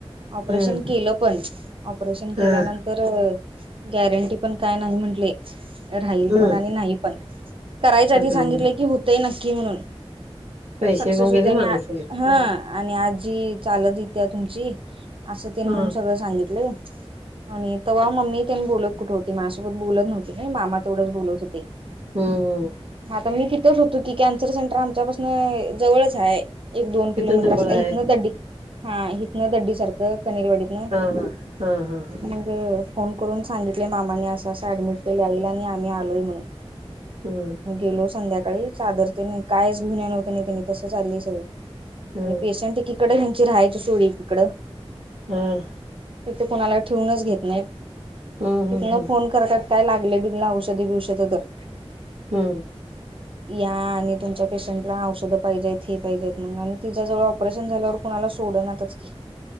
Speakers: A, on the right; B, on the right.
A: ऑपरेशन
B: हम्म
A: केलं पण ऑपरेशन
B: हम्म
A: केल्यानंतर तर गॅरंटी पण काय नाही म्हंटले. राहील
B: हम्म
A: पण आणि नाही पण करायच्या आधी
B: अगं
A: सांगितलं
B: बाई.
A: की हो. हो नक्की म्हणून
B: पैसे
A: सक्सेस
B: पण
A: होते
B: गेले
A: आणि
B: माणूस
A: हा.
B: होईल हम्म
A: आणि आजी चालत येते्या तुमची? असं तिने
B: हा
A: म्हून सगळं सांगितलंय. आणि तेव्हा मम्मी त्यांनी बोलत कुठे होते माझसोबत बोलत नव्हती मामा तेवढंच बोलत होते.
B: हो हो.
A: आता मी तिथंच होतो की कॅन्सर सेंटर आमच्यापासून जवळच आहे. एक दोन
B: तिथून
A: किलोमीटर
B: जवळ
A: असला
B: आहे
A: इथनं दड्डी हा इथनं दड्डी चरक कनीरी वाडीन
B: हा हा हा हा हा
A: मग फोन करून सांगितले मामाने असं असं ऍडमिट केले येईल आणि आम्ही आलोय म्हणून
B: हम्म
A: म गेलो संध्याकाळी चादरते नाही कायच घेऊन नव्हते नाही त्यांनी तस चाललं सगळी
B: हम्म
A: आणि पेशंटीकडं घची राहायची सोळी इीकडं.
B: हम.
A: तिथे कणाला ठेवूनच घेत नाही
B: हम्म
A: तथन फोन करतात. काय लागले बिघ औषधी बिषध तर
B: हम्म.
A: या आणि तुमच्या पेशंटला औषधं पाहिजेत हे पाहिजेत म्हणून आणि तिच्या जवळ ऑपरेशन झाल्यावर कुणाला सोडनाच की